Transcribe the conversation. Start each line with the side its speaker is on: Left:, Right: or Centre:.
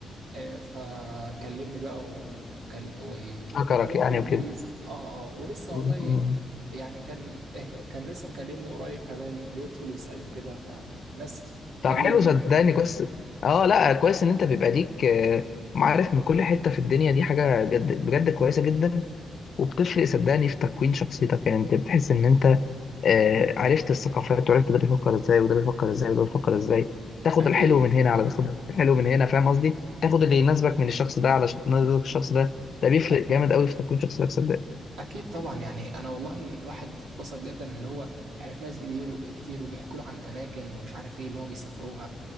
Right: آه، فكلمني بقى وكل... و-
Left: شكرك
Right: وكلمني
Left: يعني
Right: بالانجليزي
Left: وكده
Right: اه اه ولسه
Left: مم.
Right: والله
Left: مم.
Right: يعني كان <laughs> كان لسه مكلمني قريب كمان بيدخل يسأل وكده فيعني الناس جميلة
Left: طب حلو
Right: جدا
Left: صدقني كويس اه لا كويس ان انت بيبقى ليك آه، معارف من كل حتة في الدنيا دي حاجة جد بجد كويسة جدا وبتفرق صدقني في تكوين شخصيتك يعني انت بتحس ان انت آه، عرفت الثقافات وعرفت ده بيفكر ازاي وده بيفكر ازاي وده بيفكر ازاي تاخد
Right: اكيد
Left: الحلو من هنا على تاخد الحلو من هنا فاهم قصدي تاخد اللي يناسبك من الشخص ده على ش- يناسبك الشخص ده ده بيفرق
Right: أك-
Left: جامد قوي في تكوين شخصيتك صدقني
Right: اكيد طبعا يعني انا والله الواحد اتبسط جدا اللي هو عرف ناس كتير كتير وبيحكوا له عن اماكن ومش عارف ايه اللي هم بيسافروها